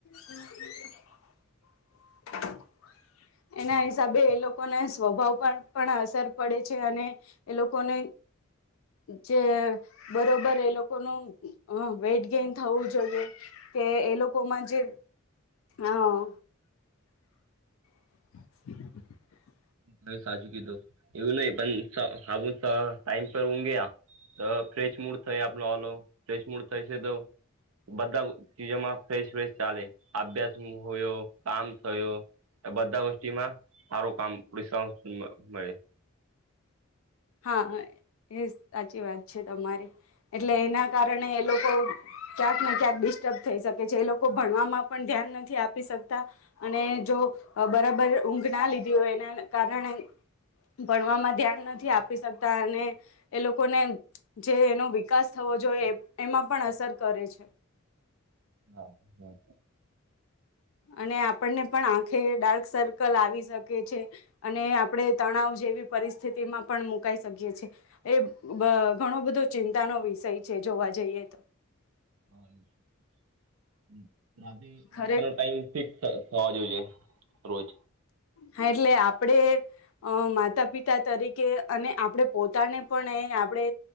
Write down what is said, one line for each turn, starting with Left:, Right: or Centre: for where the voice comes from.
Left: <inaudible> <inaudible> એના હિસાબે એ લોકોને સ્વભાવ પર પણ અસર પડે છે અને એ લોકોને જે બરોબર એ લોકોનું અહ વેટ ગેઈન થવું જોઈએ કે એ લોકોમાં જે અહ <inaudible>
Right: હા સાચું કીધું. એવું નહી પણ સા <unintelligible> ટાઈમ પર ઊંઘે તો ફ્રેશ મૂડ થાય આપનો ઓલો. ફ્રેશ મૂડ થાય છે તો બધા ચીજોમાં ફ્રેશ-ફેશ ચાલે, આભ્યાસ હોયો, કામ થયો આ બધા વસ્તીમાં સારું કામ <unintelligible> મળે.
Left: હા એ સાચી વાત છે તમારી, એટલે એના કારણે એ લોકો ક્યાંક ને ક્યાંક ડિસ્ટર્બ થઈ શકે છે. એ લોકો ભણવામાં પણ ધ્યાન નથી આપી શકતા, અને જો જો બરાબર ઊંઘ ના લીધી હોય એના કારણે ભણવામાં ધ્યાન નથી આપ આપી શકતા, અને એ લોકોને જે એનો વિકાસ થવો જોઈએ એ એમાં પણ અસર કર કરે છે.
Right: હા, હમ્મ.
Left: અને આપણને પણ આંખે ડાર્ક સર્કલ આવી શકે છે, અને આપણે તણાવ જેવી પરિસ્થિતિમાં પણ મુકાઈ શકીએ છીએ. એ અહ ઘણો બધો ચિંતાનો વિષય છે. જોવા જઈએ તો.
Right: <unintelligible>
Left: ખરે
Right: <unintelligible> થવા જોઈએ રોજ.
Left: હા એટલે આપણે અહ માતા પિતા તરીકે અને આપણે પોતાને પણ એ આપ આપણે